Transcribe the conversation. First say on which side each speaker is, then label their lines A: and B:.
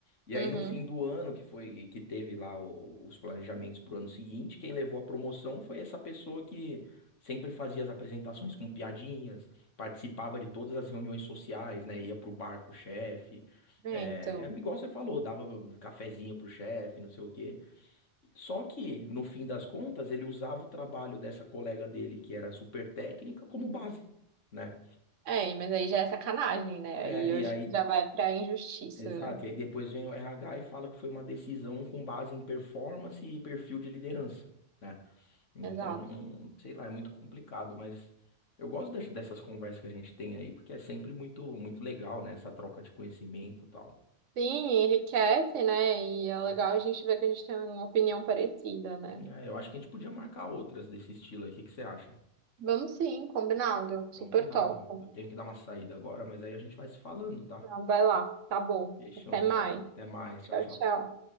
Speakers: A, on the left; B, on the right.
A: E
B: Uhum.
A: aí no fim do ano que foi que teve lá o- os planejamentos pro ano seguinte, quem levou a promoção foi essa pessoa que sempre fazia as apresentações com piadinhas, participava de todas as reuniões sociais, né? Ia pro bar com o chefe,
B: É,
A: é
B: então.
A: e aí, igual você falou, dava cafezinho pro chefe, não sei o quê. Só que, no fim das contas, ele usava o trabalho dessa colega dele, que era super técnica, como base, né?
B: É, mas aí já é sacanagem, né?
A: É,
B: Aí eu
A: e
B: acho
A: aí,
B: que já vai pra injustiça,
A: exato,
B: né?
A: e aí depois vem o RH e fala que foi uma decisão com base em performance e perfil de liderança, né? Então,
B: Exato.
A: sei lá, é muito complicado, mas eu gosto das- dessas conversas que a gente tem aí, porque é sempre muito, muito legal, né? Essa troca de conhecimento e tal.
B: Sim, enriquece, né? E é legal
A: Isso.
B: a gente ver que a gente tem uma opinião parecida, né?
A: É, eu acho que a gente podia marcar outras desse estilo aí, o que que você acha?
B: Vamos sim, combinado. Super
A: Combinado.
B: top.
A: Eu tenho que dar uma saída agora, mas aí a gente vai se falando, tá?
B: Então, vai lá. Tá bom.
A: Fechou
B: Até
A: então.
B: mais.
A: Até mais.
B: Tchau,
A: Tchau, tchau.
B: tchau.